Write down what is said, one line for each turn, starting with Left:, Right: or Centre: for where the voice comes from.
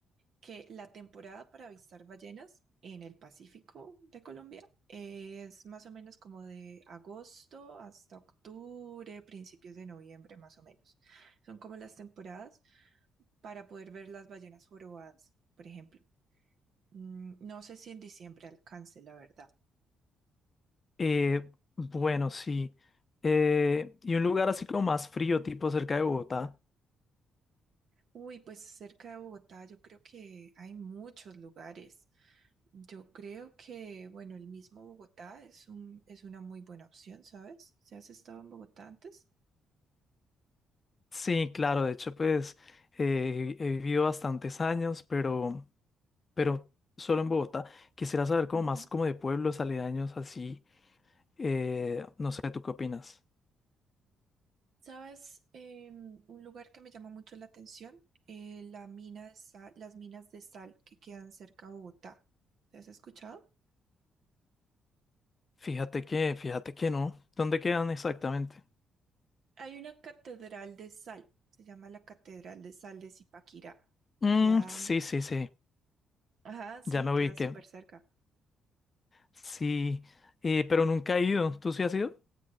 Right: que la temporada para avistar ballenas en el Pacífico de Colombia es más o menos como de agosto hasta octubre, principios de noviembre, más o menos. Son como las temporadas para poder ver las ballenas jorobadas, por ejemplo. Mm, No sé si en diciembre alcance, la verdad.
Left: Eh, bueno, sí. Eh, y un lugar así como más frío, tipo cerca de Bogotá.
Right: Uy, pues cerca de Bogotá yo creo que hay muchos lugares. Yo creo que, bueno, el mismo Bogotá es un, es una muy buena opción, ¿sabes? Si has estado en Bogotá antes?
Left: Sí, claro, de hecho, pues eh, he vivido bastantes años, pero... pero solo en Bogotá. Quisiera saber como
Right: Ujú.
Left: más como de pueblos aledaños así. eh, no sé, ¿tú qué opinas?
Right: ¿Sabes? Eh, un lugar que me llama mucho la atención, eh, la mina de sal- las minas de sal que quedan cerca a Bogotá. ¿Te has escuchado?
Left: Fíjate que, fíjate que no. ¿Dónde quedan exactamente?
Right: Hay una catedral de sal, se llama la Catedral de Sal de Zipaquirá y
Left: Mm,
Right: queda,
Left: sí, sí, sí.
Right: ajá, sí,
Left: Ya me
Right: queda
Left: ubiqué.
Right: súper cerca.
Left: Sí, eh, pero nunca he ido. ¿Tú sí has ido?